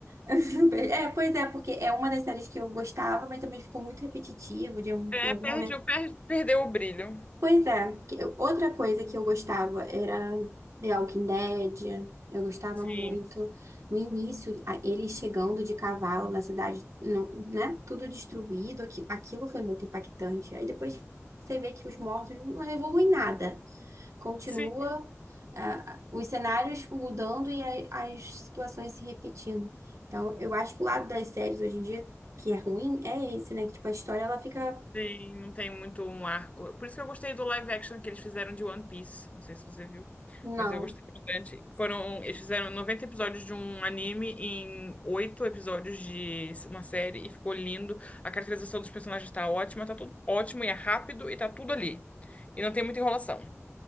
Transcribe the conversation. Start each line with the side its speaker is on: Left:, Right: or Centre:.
Right: <laughs> É, pois é, porque é uma das séries que eu gostava, mas também ficou muito repetitivo, de um-
Left: É,
Right: em algum
Left: perdeu,
Right: momento
Left: per- perdeu o brilho.
Right: Pois é, que eu- outra coisa que eu gostava era The Walking Dead. Eu gostava
Left: Sim,
Right: muito no início, a- ele chegando de cavalo na cidade, não, né? Tudo destruído, aqui- aquilo foi muito impactante. Aí depois você vê que os mortos não evoluem nada. Continua,
Left: sim.
Right: ah, os cenários mudando e a- as situações se repetindo. Então, eu acho que o lado das séries hoje em dia que é ruim é esse, né? Que tipo, a história ela fica.
Left: Sim, não tem muito um arco. Por isso que eu gostei do live action que eles fizeram de One Piece. Não sei se você viu,
Right: Não.
Left: mas eu gostei bastante. Foram, eles fizeram 90 episódios de um anime em oito episódios de uma série e ficou lindo. A caracterização dos personagens tá ótima, tá tudo ótimo e é rápido e tá tudo ali. E não tem muita enrolação.